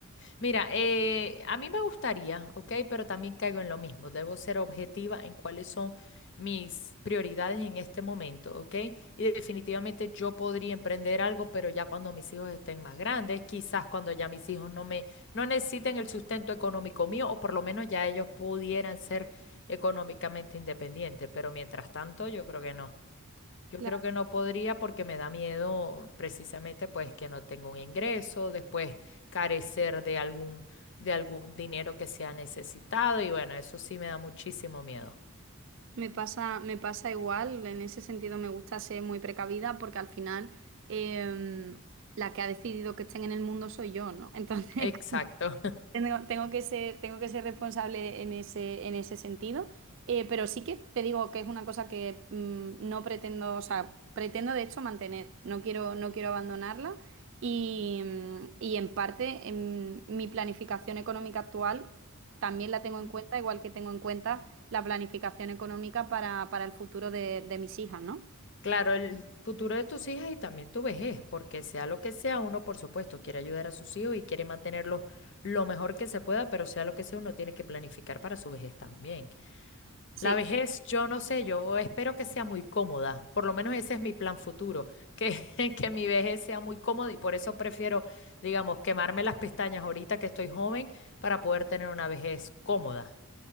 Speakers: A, on the left (about 55°); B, on the right (about 60°).
A: Mira, eh, a mí me gustaría, ¿ok? Pero también caigo en lo mismo. Debo ser objetiva en cuáles son mis prioridades en este momento, ¿ok? Y definitivamente yo podría emprender algo, pero ya cuando mis hijos estén más grandes, quizás cuando ya mis hijos no me, no necesiten el sustento económico mío, o por lo menos ya ellos pudieran ser económicamente independientes. Pero mientras tanto, yo creo que no. Yo
B: Claro.
A: creo que no podría porque me da miedo precisamente pues que no tenga un ingreso, después carecer de algún de algún dinero que sea necesitado y bueno, eso sí me da muchísimo miedo.
B: Me pasa, me pasa igual, en ese sentido me gusta ser muy precavida porque al final em, la que ha decidido que estén en el mundo soy yo, ¿no? <laughs> Entonces,
A: Exacto. <laughs>
B: Tengo, tengo que ser, tengo que ser responsable en ese, en ese sentido, eh, pero sí que te digo que es una cosa que mm, no pretendo, o sea, pretendo de hecho mantener, no quiero, no quiero abandonarla y, mm, y en parte en mi planificación económica actual también la tengo
A: Ujú.
B: en cuenta, igual que tengo en cuenta la planificación económica para, para el futuro de, de mis hijas, ¿no?
A: Claro, el futuro de tus hijas y también tu vejez, porque sea lo que sea, uno por supuesto quiere ayudar a sus hijos y quiere mantenerlos lo mejor que se pueda, pero sea lo que sea, uno tiene que planificar para su vejez también.
B: Sí,
A: La vejez, yo no sé, yo espero que sea muy cómoda, por lo menos ese es mi plan futuro, que, <laughs> que mi vejez sea muy cómoda y por eso prefiero, digamos, quemarme las pestañas ahorita que estoy joven para poder tener una vejez cómoda